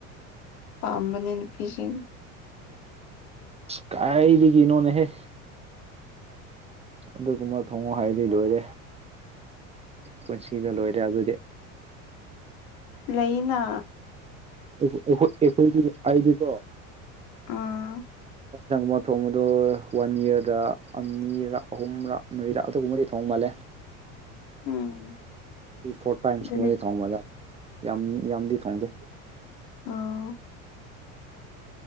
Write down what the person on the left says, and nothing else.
ꯄꯥꯝꯕꯅꯦ ꯅꯨꯄꯤꯖꯤꯡ
ꯂꯩꯌꯦꯅ
ꯑꯥ
<inaudible> ꯎꯝ
ꯑꯗꯨꯗꯤ
ꯑꯣ